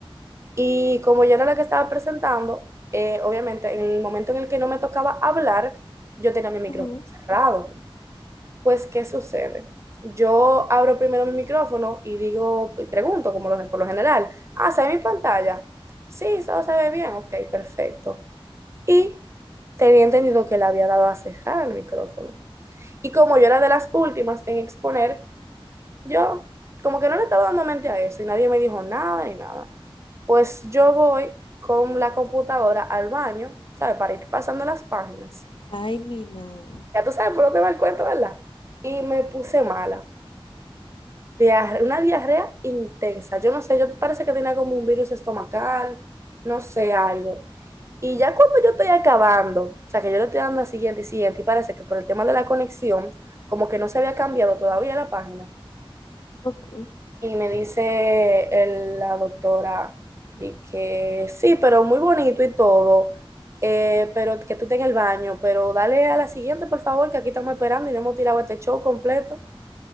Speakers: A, on the right (about 30°); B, on the left (about 60°).
A: Y como yo era la que estaba presentando, eh, obviamente en el momento en el que no me tocaba hablar, yo tenía mi micrófono
B: ajá.
A: cerrado. Pues, ¿qué sucede? Yo abro primero mi micrófono y digo, y pregunto, como lo- por lo general, ah, ¿se ve mi pantalla? Sí, todo se ve bien, ok, perfecto. Y tenía entendido que le había dado a cerrar el micrófono. Y como yo era de las últimas en exponer, yo como que no le estaba dando mente a eso y nadie me dijo nada ni nada. Pues yo voy con la computadora al baño, ¿sabes? Para ir pasando las páginas.
B: Ay, mi madre.
A: Ya tú sabes por dónde va el cuento, ¿verdad? Y me puse mala. Diarre- una diarrea intensa. Yo no sé, yo parece que tenía como un virus estomacal, no sé, algo. Y ya cuando yo estoy acabando, o sea, que yo le estoy dando a siguiente y siguiente, y parece que por el tema de la conexión, como que no se había cambiado todavía la página,
B: Ok.
A: Y me dice el- la doctora de que sí, pero muy bonito y todo, eh, pero que tú estés en el baño, pero dale a la siguiente, por favor, que aquí estamos esperando y no hemos tirado este show completo.